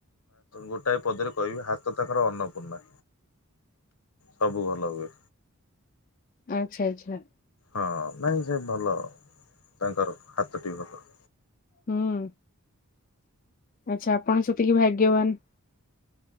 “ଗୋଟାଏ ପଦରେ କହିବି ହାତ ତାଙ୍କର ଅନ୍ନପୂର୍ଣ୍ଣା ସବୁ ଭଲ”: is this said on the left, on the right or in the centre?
Left